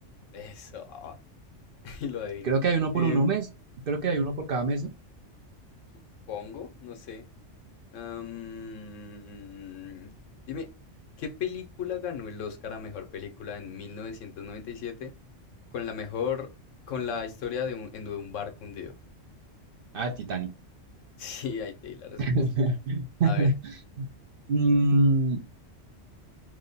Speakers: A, on the left (about 80°); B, on the right (about 60°).
A: Eso. <laughs> Y lo adiviné.
B: creo que hay uno
A: Em,
B: por uno mes, creo que hay uno por cada mes, ¿no?
A: supongo, no sé. Am, dime, ¿qué película ganó el Oscar a mejor película en 1997 con la mejor con la historia de un, en- de un barco hundido? <laughs>
B: Ah, el Titanic.
A: Sí, ahí te di la respuesta.
B: <laughs>
A: A ver,
B: Mm,